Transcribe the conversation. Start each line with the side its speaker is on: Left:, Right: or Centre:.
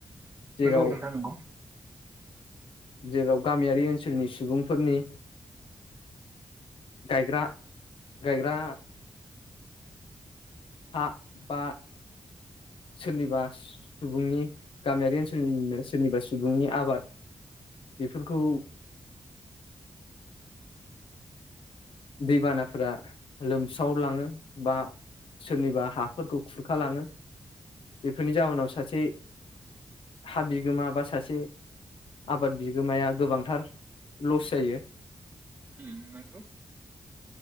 Left: जेराव
Right: नंगौ नोंथां नंगौ।
Left: जेराव गामियारि ओनसोलनि सुबुंफोरनि गायग्रा गायग्रा हा बा सोरनिबा सुबुंनि गामियारि ओनसोलनिनो सोरनिबा सुबुंनि आबाद बेफोरखौ दैबानाफोरा लोमस्रावलाङो बा सोरनिबा हाफोरखौ खुरखालाङो। बेफोरनि जाहोनाव सासे हा बिगोमा बा सासे आबाद बिगोमाया गोबांथार लस जायो।
Right: हुम नंगौ।